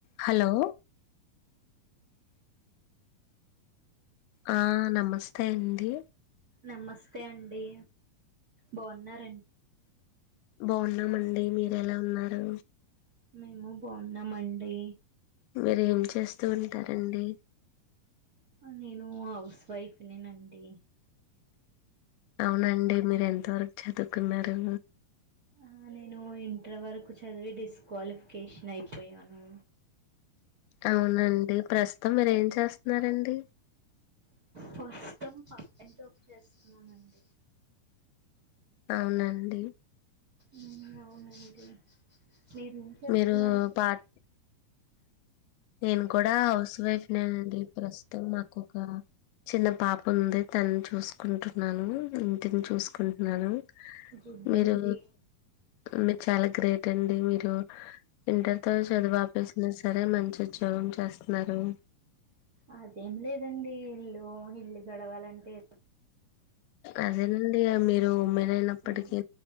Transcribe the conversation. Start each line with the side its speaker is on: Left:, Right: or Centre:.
Left: Hello ఆ నమస్తే అండి
Right: నమస్తే అండి బాగున్నార
Left: బాగున్నామండి మీ ఎలా ఉన్నారు
Right: మేము బాగున్నామండి
Left: మీరు ఏం చేస్తూ ఉంటారు అండి
Right: నేను హౌస్ వైఫ్ నేనండి
Left: అవునండి మీరు ఎంత వరకు చదువుకున్నారు
Right: ఆ నేను ఇంటర్ వరకు చదివి డిస్క్వాలిఫికేషన్ అయిపోయాను
Left: అవునండి ప్రస్తుతం మీరేం చేస్ న్నర అండి
Right: ప్రస్తుతం పార్ట్ టైమ్ జాబ్ చేస్తున్నానండి
Left: అవునండి
Right: ఉమ్ అవునండి మీరేం చేస్తున్నారండి
Left: మీరు పాట్ నేను కూడా హౌస్ వైఫ్ నేను దీ ప్రస్తుతం మాకు ఒక చిన్న పాప ఉంది తననీ చూసుకుంటున్నాను ఇంటిని చూసుకుంటున్నాను
Right: గుడ్
Left: మీరు
Right: అండి
Left: మీరు చాలా గ్రేట్ అండి మీరు ఇంటర్తో చదువు ఆపేసినా సరే మంచి ఉద్యోగం చేస్తున్నారు
Right: అదేం లేదండి ఇల్లు ఇల్లు గడవాలంటే
Left: అదేనండి మీరు అ అప్పటికే
Right: అండి